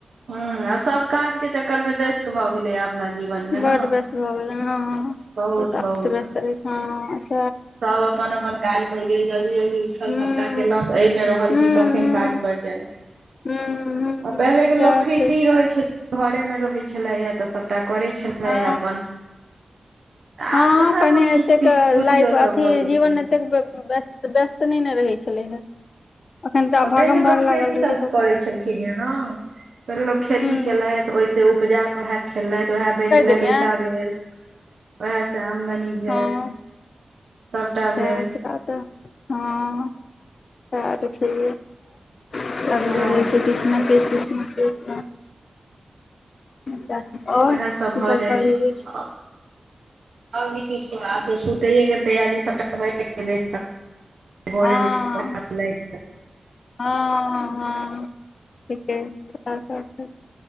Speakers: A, on the right; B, on the left.
A: ह आ सभ काजके चक्करमे व्यस्त भ गेलैए अपना जीवनमे
B: बड
A: न।
B: व्यस्त भऽ गेलै हँ
A: बहुत-बहुत।
B: अस्त व्यस्त रहय <unintelligible>
A: सब अपन-अपन काज पर गेल जल्दी-जल्दी। उठल
B: हुँ
A: सबटा केलक अयमे रहल
B: हुँ
A: कि कखैन काज
B: हुँ
A: परड जाय।
B: हुँ
A: आ
B: हुँ
A: पहिलेके लोक
B: सैह
A: फ्री
B: छै
A: रहै छै घरेमे रहै छलै त सभटा करै छलै
B: हँ
A: अपन।
B: हँ
A: आब कहाँ
B: पहिने
A: लोक
B: एतेक
A: किछ पिस कुटियो
B: लाइफ अथी
A: सब करै
B: जीवन
A: छै
B: एते स्त व्यस्त-व्यस्त नै ने रहै छलै हे। अखन तऽ
A: त पहिले
B: भागम भाग
A: लोक खेती
B: लागल रहै
A: सब
B: छै सबके
A: करे छलखिन ये न पहिले लोक
B: हुँ
A: खेती केलैथ त ओय स उपजाके वहे खेलथि वेह बेचलथि
B: कहि देलियै
A: पैसा भेल। उएह से आमदनी भेल
B: हँ
A: सभटा
B: सेह
A: भेल
B: सब। सेह त हँ सेह त छैहे। किछ
A: हँ
B: न किछ, किछ न किछ <inaudible>
A: ओहेसभ
B: की
A: भ
B: सब
A: जाइ
B: करही
A: छैय
B: रोज?
A: आ आओ नीके छौ आब त सुतेये के तैयारी सबटा भये गेलै। भोरे
B: हँ
A: उठिकऽ <unintelligible>
B: हँ- हँ ठीके छैय <unintelligible>